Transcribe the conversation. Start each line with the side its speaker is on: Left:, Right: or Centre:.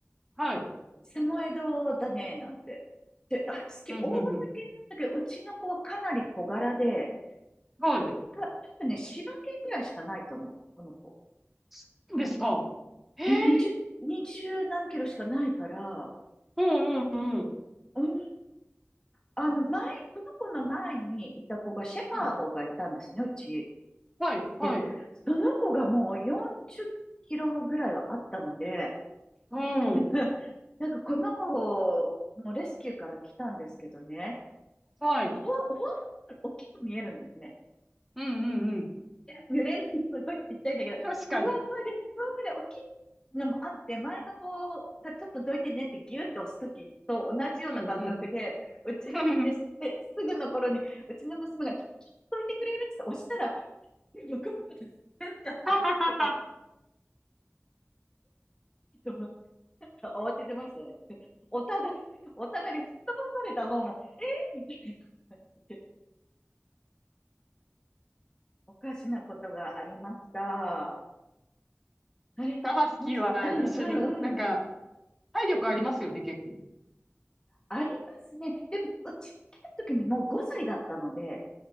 Centre: はい。
Left: サモエドだね、なんて。で、ハスキー大型犬なんだけど、
Centre: うんうんうん。
Left: うちの子はかなり小柄で、
Centre: はい。
Left: た多分ね、柴犬ぐらいしかないと思う、この子。
Centre: そうですか。へえ、
Left: 20、20何キロしかないから、
Centre: うんうんうん。
Left: うーん、あの、前、この子の前にいた子が、シェパードがいたんですね、
Centre: うん。
Left: うち。
Centre: はい、はい。
Left: で、その子がもう40キロぐらいはあったので、
Centre: うん。
Left: <laughs> なんかこの子もレスキューから来たんですけどね、
Centre: あはい。
Left: ほ、ほん、大きく見えるんですね。
Centre: うんうんうん。
Left: 濡れるのすごいちっちゃいんだけど、ふわふわで、
Centre: 確かに。
Left: ふわふわで大きいのもあって、前の子がちょっとどいてねってギュって押すときと同じような感覚で、
Centre: うんうん。
Left: うちに来てすえすぐの頃に、
Centre: <laughs>
Left: うちの娘が、ちょっとどいてくれるって押したら、向こうまで変だってことが、
Centre: ははは
Left: と思って。なんか慌ててましたね。お互い、お互いにすっ飛ばされた方も、えー、みたいな感じで、おかしなことがありました。あれもし、
Centre: は。ハスキーは一緒に、
Left: うん、うん、
Centre: なんか、
Left: うん。
Centre: 体力ありますよね、結構。
Left: ありますね。でも、うちに来た時にもう5歳だったので、